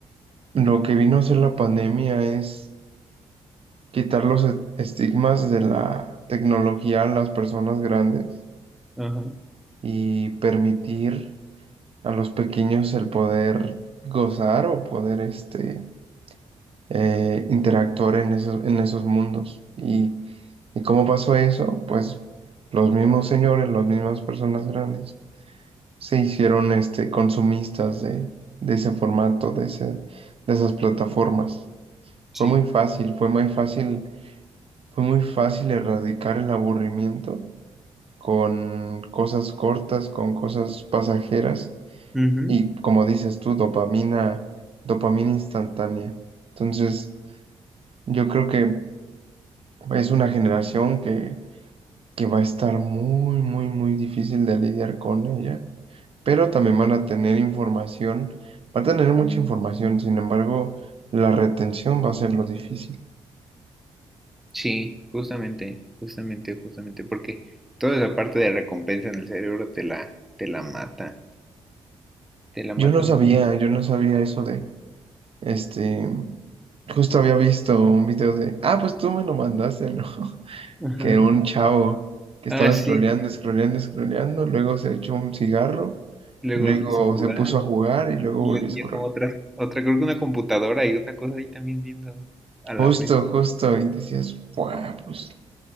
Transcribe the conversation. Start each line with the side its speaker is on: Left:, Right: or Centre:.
Right: lo que vino a hacer la pandemia es quitar los est- estigmas de la tecnología a las personas grandes
Centre: Ajá,
Right: y permitir a los pequeños el poder gozar o poder este, eh, interactuar en esos, en esos mundos. ¿Y, y cómo pasó eso? Pues los mismos señores, las mismas personas grandes se hicieron este, consumistas de, de ese formato, de, ese- de esas plataformas.
Centre: sí.
Right: Fue muy fácil, fue muy fácil, fue muy fácil erradicar el aburrimiento con cosas cortas, con cosas pasajeras
Centre: Ujú.
Right: y, como dices tú, dopamina, dopamina instantánea. Entonces, yo creo que es una generación que, que va a estar muy, muy, muy difícil de lidiar con ella pero también van a tener información, va a tener mucha información, sin embargo, la retención va a ser lo difícil.
Centre: Sí, justamente, justamente, justamente, porque toda esa parte de recompensa en el cerebro te la, te la mata, te la mata
Right: Yo no sabía,
Centre: mucho.
Right: yo no sabía eso de, este, justo había visto un video de, ah, pues tú me lo mandaste, ¿no? <laughs>
Centre: Ajá.
Right: Que un chavo que
Centre: Ah,
Right: estaba
Centre: sí,
Right: scrolleando, scrolleando, scrolleando, luego se echó un cigarro,
Centre: luego
Right: luego
Centre: puse a jugar
Right: se puso a jugar y luego
Centre: y
Right: volvió
Centre: la niña
Right: a scrollear.
Centre: como otra, otra, creo que una computadora y una cosa ahí también viendo a la
Right: Justo,
Centre: vez.
Right: justo, y decías, "Buah, pues,